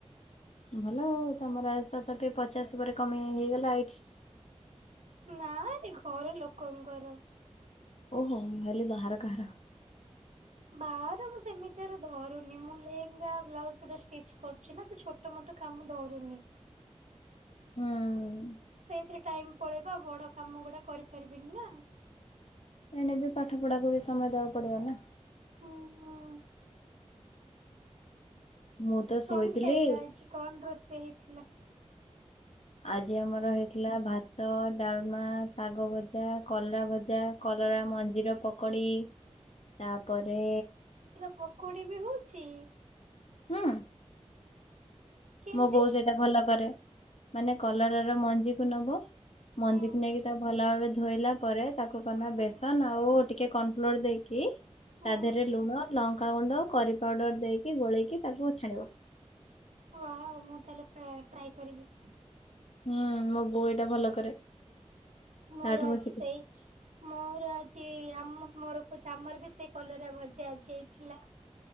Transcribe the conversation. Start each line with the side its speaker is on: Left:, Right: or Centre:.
Left: ଭଲ ଆଉ ତମର ଆଜି ତଥାପି ପଚାଶ ପରେ କମେଇ ହେଇଗଲା ଏଇଠି।
Right: ନାଁରେ ଘର ଲୋକଙ୍କର।
Left: ଓହୋ ମୁଁ ଭାବିଲି ବାହାର କାହାର।
Right: ବାଆର ମୁଁ ସେମିତି ଅରା ଧରୁନି ମୁଁ ଲେହେଙ୍ଗା ବ୍ଲାଉଜ୍ ଗୁଟା ଷ୍ଟିଚ୍ କରୁଚି ନାଁ ସେ ଛୋ ଟ ମୋଟ କାମ ଧରୁନି।
Left: ହଁ।
Right: ସେଇଥିରେ ଟାଇମ୍ ପଳେଇବ ଆଉ ବଡ଼ କାମ ଗୁଡ଼ା କରିପାରିବିନି ନା।
Left: ଏଣେ ବି ପାଠ ପଢ଼ାକୁ ବି ସମୟ ଦବାକୁ ପଡ଼ିବ ନାଁ।
Right: ହୁଁ।
Left: ମୁଁ ତ ଶୋଇଥିଲି
Right: କଣ ଖାଇଲ ଆଜି କଣ ରୋଷେଇ ହେଇଥିଲା?
Left: ଆଜି ଆମର ହେଇଥିଲା ଭାତ, ଡାଲମା, ଶାଗ ଭଜା, କଲା ଭଜା। କଲରା ମଞ୍ଜିର ପକୋଡି଼ ତାପରେ
Right: ପକୁଡ଼ି ବି ହୋଉଚି?
Left: ହୁଁ।
Right: କେମିତି
Left: ମୋ ବୋଉ ସେଇଟା ଭଲ କରେ। ମାନେ କଲରର ମଞ୍ଜିକୁ ନବ। ମଞ୍ଜିକୁ
Right: ହୁଁ
Left: ନେଇକି ତାଉ ଭଲ ଭାବରେ ଧୋଇଲା ପରେ ତାକୁ କନା
Right: ହୁଁ
Left: ବେସନ ଆଉ ଟିକେ କନଫ୍ଲୋର୍ ଦେଇ କି ତା
Right: ହୁଁ
Left: ଦେହରେ ଲୁଣ ଲଙ୍କାଗୁଣ୍ଡ କରି ପାଉଡ଼ର୍ ଦେଇକି ଗୋଳେଇକି ତାକୁ ଛାଣିବ।
Right: ୱାଅ ମୁଁ ତାହେଲେ ପ୍ରା ଟ୍ରାଏ କରିବି।
Left: ହୁଁ ମୋବୋଉ ଏଇଟା ଭଲ କରେ।
Right: ମୋର
Left: ତାଠୁ ମୁଁ
Right: ଆଜି
Left: ଶିଖିଛି।
Right: ସେଇ ମୋର ଆଜି ଆମ ମୋର କହୁଚି ଆମରବି ସେଇ କଲରା ଭଜା ଆଜି ହେଇଥିଲା।